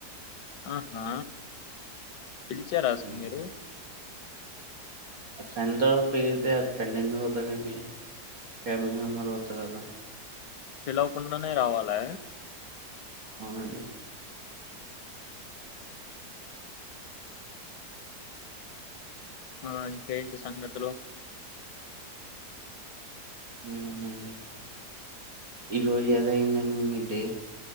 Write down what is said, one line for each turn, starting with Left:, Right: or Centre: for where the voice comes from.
Left: ఆహా పిలిచార అసలు
Right: ఉమ్.
Left: మీరు
Right: ఆ ఫ్రెండ్ తో పెరిగీతే ఫ్రెండ్ ఎందుకు అవుతారండి ఫ్యామిలీ మెంబర్ అవుతారు కదా
Left: పిలవకుండానే రావాలా
Right: అవునండి.
Left: ఆ ఇంకా ఏంటి సంగతులు
Right: ఏముందండి ఈ రోజు ఏదో అయిందండి మీడే